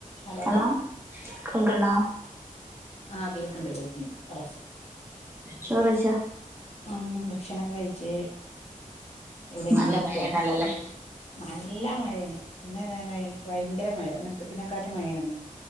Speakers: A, on the left (about 45°); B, on the right (about 15°).
A: Hello
B: hello കേൾക്ക്ണ്ടോ.
A: ആഹ് കേൾക്ക്ണ്ട് കേൾക്ക്ണ്ട് പറെ.
B: ചോറ് വെയ്ച്ചോ
A: ആഹ് ഭക്ഷണക്കെ കയിച്ച് ഇവിടെ ഇങ്ങനെ
B: നല്ല
A: ഇര്ക്കാണ്.
B: മഴയാണല്ലോല്ലേ
A: നല്ല മഴേണ് ഇന്ന് ഭയങ്കര മഴ ഇന്നൽക്കത്തിനെക്കാട്ടും മഴേണ്ന്ന്.